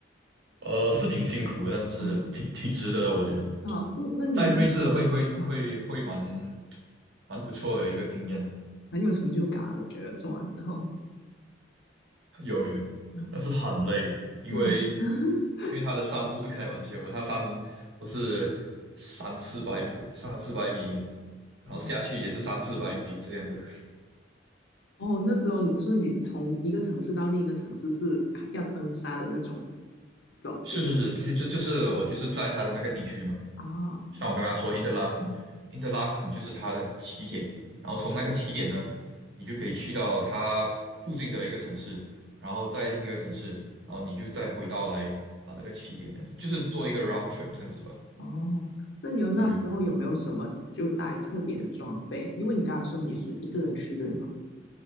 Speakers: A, on the right; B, on the left.
A: 呃，是挺辛苦的，但是挺挺值得的，
B: 啊
A: 我觉得
B: 啊，嗯那你那时
A: 在瑞士会会会会蛮
B: 啊
A: 蛮不错的一个经验，
B: 很有成就感，我觉得做完之后
A: 有有，有但是很累，
B: 啊，
A: 因为因
B: 是吗？<laughs>
A: 为它的山不是开玩笑的，它山都是三四百米，三四百米，然后下去也是三四百米这样的。
B: 啊哦，那时候你所以你从一个城市到另一个城市是要登山的那种走，
A: 是是是，
B: 对吧？
A: 就就就是我就是在它的那个地区嘛。
B: 啊，
A: 像我刚刚说 i n t e r l a k e n i n t e r l a k 就是它的起点，然后从那个起点呢，你就可以去到它附近的一个城市，然后在另一个城市，然后你就再回到来啊那个起点这样子，就是做一个 round trip 这样子吧。
B: 哦，那你有那时候有没有什么就带特别的装备？
A: 对，
B: 因为你刚才说你是一个人去，对吗？